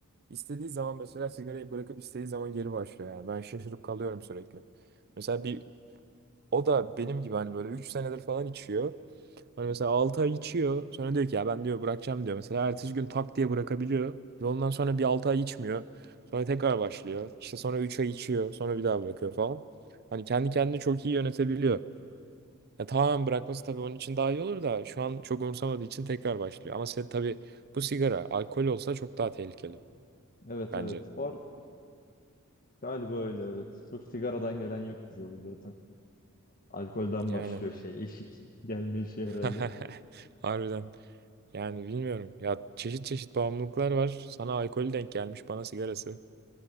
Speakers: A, on the right (about 45°); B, on the left (about 40°).
A: İstediği zaman mesela sigarayı bırakıp istediği zaman geri başlıyor yani. Ben şaşırıp kalıyorum sürekli. Mesela bir o da benim gibi hani böyle 3 senedir falan içiyor. Hani
B: Hı
A: mesela
B: hı.
A: 6 ay içiyor. Sonra diyor ki ya ben diyor bırakacağım diyor. Mesela ertesi gün tak diye bırakabiliyor. Ve ondan sonra bir 6 ay içmiyor. Sonra tekrar başlıyor. İşte sonra 3 ay içiyor. Sonra bir daha bırakıyor falan. Hani kendi kendini çok iyi yönetebiliyor. Ya tamamen bırakması tabii onun için daha iyi olur da şu an çok umursamadığı için tekrar başlıyor. Ama sen tabii bu sigara alkol olsa çok daha tehlikeli
B: Evet
A: bence.
B: evet. Bu arada galiba öyle evet. Çok sigaradan gelen yok bize de zaten. Alkolden
A: Yani
B: başlıyor şey. Eşik gelme işi
A: <laughs>
B: herhalde.
A: harbiden yani bilmiyorum ya çeşit çeşit bağımlılıklar var. Sana alkolü denk gelmiş bana sigarası.